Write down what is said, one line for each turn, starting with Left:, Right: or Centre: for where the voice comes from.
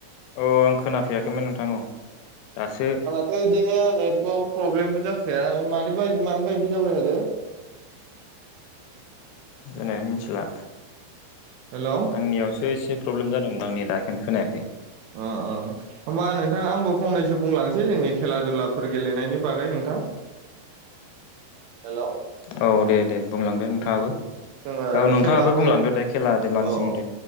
Left: अ आं खोनाफैयाखैमोन नोंथां औ। दासो
Right: थ' बिदिनो नेटवर्क प्रब्लेमबो जाखाया मानोबा मानोबा इदि जाबाय थादो।
Left: मिथिला
Right: हेल' अ
Left: आंनियावसो एसे प्रब्लेम जादों आं दा बेखायनो खोनायाखै।
Right: ओ ओ। होमबा नोंथां आंबो फंनैसो बुंलांसै जोंनि खेला दुलाफोर गेलेनायनि बागै नोंथां। हेलौ।
Left: औ दे दे बुंलांदो नोंथाङाबो।
Right: जोङो
Left: औ नोंथाङाबो
Right: खेलाफोर
Left: बुंलांदो दे खेला देलानि
Right: औ
Left: सोमोन्दै।